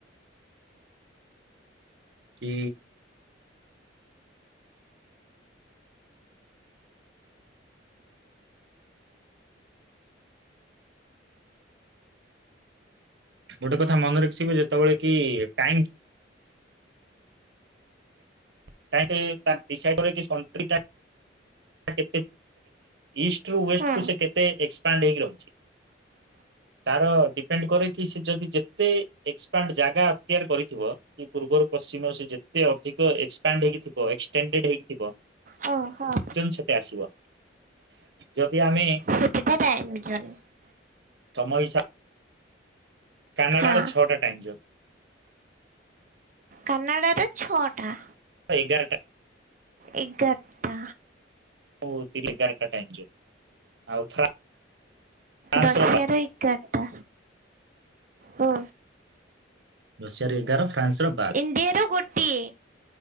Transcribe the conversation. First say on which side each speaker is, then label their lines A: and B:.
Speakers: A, on the right; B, on the right.
A: କି ଗୋଟେ କଥା ମନେ ରଖିବେ ଯେତେବେଳେ କି ଟାଇମ <unintelligible> <unintelligible> ଇଷ୍ଟ ରୁ ୱେଷ୍ଟ
B: ହଁ
A: କୁ ସେ କେତ ଏକ୍ପାଣ୍ଡ ହେଇକି ରହୁଛି
B: ହ
A: ତାର ଡିପେଣ୍ଡ କରେ କି ସେ ଯଦି ଯେତେ ଏକ୍ସପାଣ୍ଡ ଜାଗା ଅକ୍ତିଆର କରିଥିବ କି ପୂର୍ବରୁ ପଶ୍ଚିମ ସେ ଯେତେ ଅଧିକ ଏକ୍ସପାଣ୍ଡ ହେଇକଥିବ ଏକ୍ସଟେଣ୍ଡେ ହେଇକିଥିବ
B: ହଁ ହଁ।
A: ସେତେ ଆସିବ ଯଦି ଆମେ
B: ଠିକଟଏଝ <unintelligible>
A: ତମ ହିସା କାନାଡାର
B: ହଁ
A: ଛଅଟା ଟାଇମ ଜୋନ୍।
B: କାନାଡ଼ାରେ ଛଅଟା?
A: ଏଗାରଟା।
B: ଏଗାରଟା
A: ହରେ ଘାର କଟାଇ ଆଉ <unintelligible> ଫ୍ରାନ୍ସ
B: ରଶିଆାର
A: ର ବା
B: ଏଗାରଟା ‌ହୁ
A: ରସିଆର ଏଗାର ଫ୍ରାନ୍ସର ବାର।
B: ଇଣ୍ଡିଆର ଗୋଟିଏ।